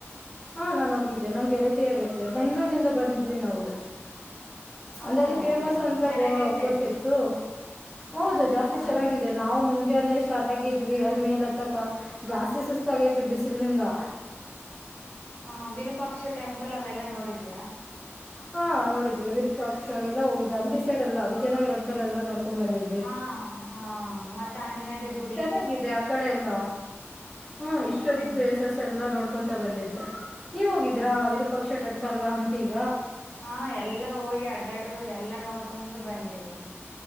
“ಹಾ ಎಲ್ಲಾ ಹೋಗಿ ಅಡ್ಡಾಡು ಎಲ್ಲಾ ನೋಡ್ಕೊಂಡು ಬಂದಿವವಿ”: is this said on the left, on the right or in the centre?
Left